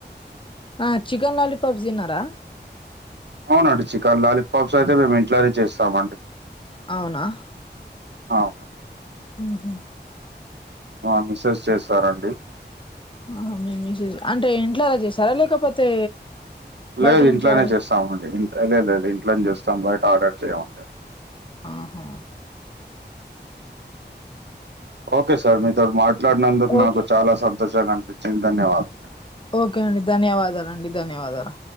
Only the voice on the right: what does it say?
అవునండి చికెన్ లాలీపాప్స్ అయితే మేము ఇంట్లోనే చేస్తామండి
అవును
మా మిస్సెస్ చేస్తారండి
లేదు ఇంట్లోనే
చేస్తామండి ఇంట్ లేదు లేదు ఇంట్లోనే చేస్తాం బయట ఆర్డర్ చేయమండి
ఓకే సార్ మీతో మాట్లాడినందుకు
నాకు చాలా సంతోషంగా అనిపించింది ధన్యవాదాలు